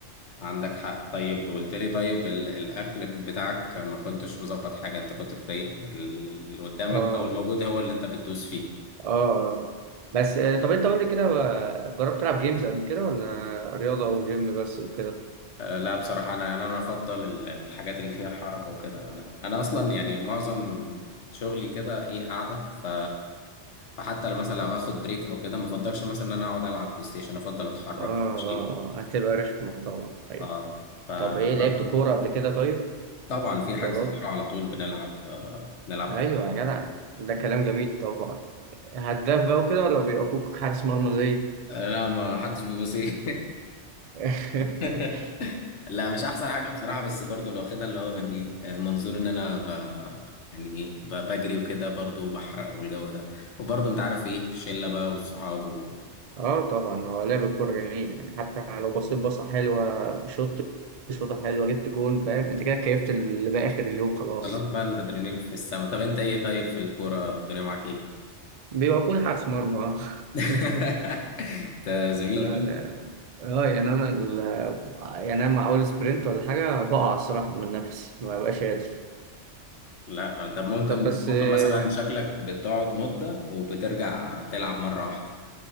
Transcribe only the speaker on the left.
عندك حق طيب قلت لي طيب ال- الاكل بتاعك ما كنتش مظبط حاجة انت كنت في ايه اللي قدامك
او الموجود هو اللي انت بتدوس فيه
لا بصراحة أنا أنا أنا أفضل ال- الحاجات اللي فيها حركة وكده أنا أنا أصلا يعني معظم شغلي كده إيه قاعدة ف... فحتى لو مثلا لو هاخد بريك أو كده ما أفضلش مثلا إن أنا أقعد ألعب بلاي ستيشن أفضل أتحرك
أمشي
أه فبرضه
طبعا في
حجز كورة على طول بنلعب آه، بنلعب
حجز
كورة
آه، لا ما حدش بيبص لي
<laughs> لا مش احسن حاجه بصراحه بس برضو لو واخدها اللي هو من ايه آه، منظور ان انا ب... يعني ايه ب... بجري وكده برضو بحرق والجو ده وبرضو انت عارف ايه الشله بقى والصحاب و...
خلاص بقى الادرينال في السما طب انت ايه طيب في الكوره الدنيا معاك ايه
<laughs>
انت زميل
بقى
لا طب ممكن
ممكن
مثلا شكلك بتقعد مده وبترجع تلعب مره واحده